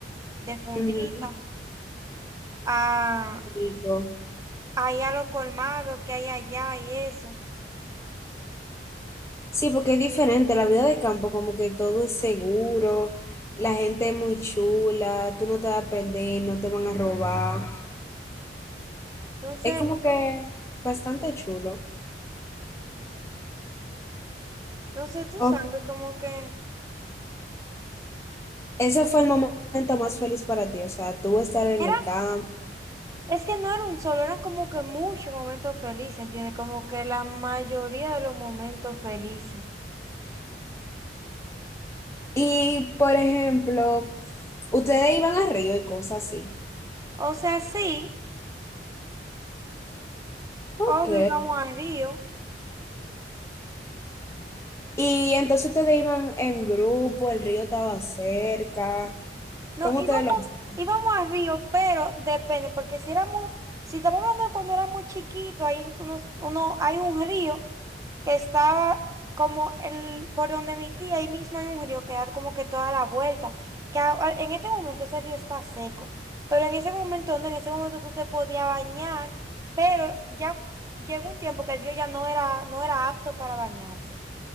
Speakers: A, on the right; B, on the left.
A: de fundita,
B: Ujú.
A: a,
B: Rico.
A: a ir a los colmados que hay allá y eso.
B: Sí, porque es diferente, la vida de campo, como que todo es seguro, la gente es muy chula, tú no te vas a perder, no te van a robar.
A: Entonces...
B: Es como que bastante chulo.
A: Entonces tú
B: Ok.
A: sabes como que
B: Ese fue el momento más feliz para ti, o sea, tú estar en
A: era,
B: el campo.
A: es que no era un solo, eran como que muchos momentos felices, ¿entiendes? Como que la mayoría de los momentos felices.
B: Y, por ejemplo, ustedes iban al río y cosas así.
A: O sea, sí,
B: Ok.
A: obvio íbamos a Río.
B: Y entonces ustedes iban en grupo, el río estaba cerca.
A: No,
B: ¿Cómo
A: íbamos,
B: ustedes lo hacían?
A: íbamos a Río, pero depende, porque si éramos, si estamos hablando de cuando éramos chiquitos, ahí uno, uno, hay un río que estaba como el, por donde mi tía, ahí mismo hay un río que da como que toda la vuelta, que a- a- en este momento ese río está seco, pero en ese momento no, en ese momento tú te podías bañar, pero ya llegó un tiempo que el río ya no era, no era apto para bañarse.